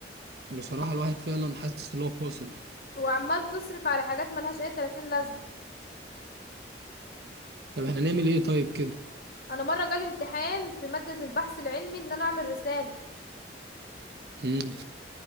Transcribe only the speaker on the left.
وعمال تصرف على حاجات ملهاش اي 30 لازمة
انا مرة جالي امتحان في مادة البحث العلمي ان انا اعمل رسالة